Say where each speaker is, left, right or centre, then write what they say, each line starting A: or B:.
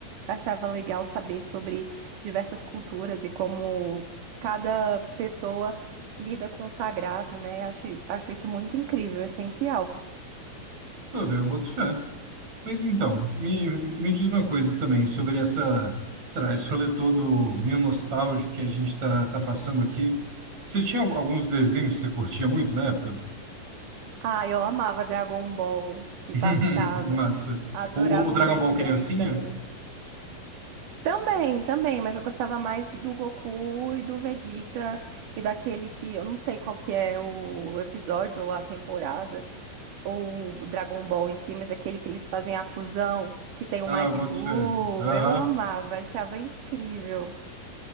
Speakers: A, on the right (about 65°); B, on the right (about 50°).
A: achava legal saber sobre diversas culturas e como cada pessoa lida com o sagrado, né? Acho, acho isso muito incrível, essencial.
B: Pô, velho, eu boto fé. Mas então, me, me diz uma coisa também sobre essa, sei lá, esse rolê todo meio nostálgico que a gente tá, tá passando aqui. Você tinha al- alguns desenhos que você curtia muito na época?
A: Ah, eu amava Dragon Ball, que
B: <laughs>
A: passava.
B: Massa.
A: Adorava
B: O, o, o Dragon
A: o Ben
B: Ball Criancinha?
A: 10 também. Também, também, mas eu gostava mais do Goku e do Vegeta e daquele que eu não sei qual que é o episódio ou a temporada ou o Dragon Ball em si, mas aquele que eles fazem a fusão que tem
B: Ah,
A: o Majin
B: boto
A: Buu,
B: fé. Aham.
A: eu amava, achava incrível.